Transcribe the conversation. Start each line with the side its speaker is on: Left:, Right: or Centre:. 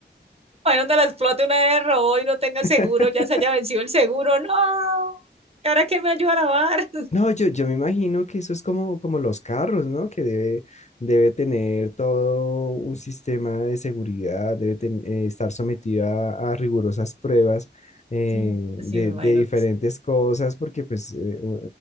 Right: Ahí donde la explote una vez de robo y no tenga
Left: <laughs>
Right: seguro, ya se haya vencido el seguro, no. ¿Y ahora quién me ayuda a lavar? <laughs>
Left: No, yo, yo me imagino que eso es como, como los carros, ¿no? Que debe, debe tener todo un sistema de seguridad, debe ten- eh, estar sometido a, a rigurosas pruebas eh,
Right: Sí, pues
Left: de,
Right: sí, me imagino
Left: de diferentes
Right: que sí,
Left: cosas, porque pues eh, u-